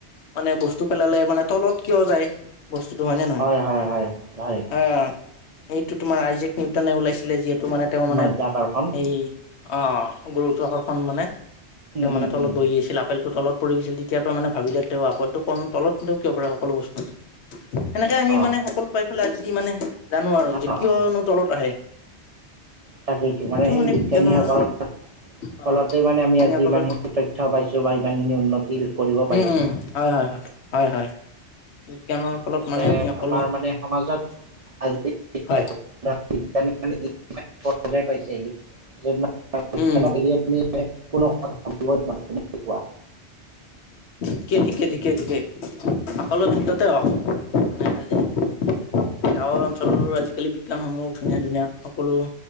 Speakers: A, on the left; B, on the right.
A: মানে বস্তু পেলালে মানে তলত কিয় যায় বস্তুতটো হয় নে নহয়।
B: হয়-হয়-হয়।
A: অ' এইটো তোমাৰ আইজেক নিউটনে ওলাইছিলে যিহেতু মানে তেওঁ মানে
B: মাধ্যাকৰ্ষণ
A: এই- অ' গুৰুত্ব আকৰ্ষণ মানে তেওঁ
B: উম
A: মানে
B: উম
A: তলত
B: উম
A: বহি আছিল- আপেলটো তলত পৰি গৈছিল। তেতিয়াৰ পৰা মানে ভাবিলে তেওঁ আপেলটো কম তলতনো কিয় পৰে সকলো বস্তু। সেনেকে আমি
B: অ
A: মানে সকলো পাই পেলায় আজি মানে জানোঁ আৰু
B: অ
A: যে কিয়নো
B: অ
A: তলত আহে।
B: তাকেইতো, মানে
A: এইটো
B: সেই বিজ্ঞানীসকলৰ
A: বিজ্ঞানৰ অ
B: ফলতে মানে
A: বিজ্ঞানীসকলৰ
B: আমি আজি ইমানখিনি তথ্য- তথ্য পাইছোঁ বা ইমানখিনি উন্নতি- কৰিব পাৰিছো
A: উম' উম' হয় হয় হয় হয়। বিজ্ঞানৰ ফলত
B: তেনে
A: মানে আমি সকলো,
B: আমাৰ মানে সমাজত আজি
A: হয়।
B: <unintelligible> পাইছেহি <unintelligible> <unintelligible>
A: উম
B: কোনো কথা <unintelligible> কি কোৱা?
A: ঠিকে ঠিকে ঠিকে ঠিকে, সকলো ক্ষেত্ৰতে অ' মানে আজি- গাঁওৰ অঞ্চলৰো আজিকালি বিজ্ঞানসমূহ ধুনীয়া ধুনীয়া সকলো-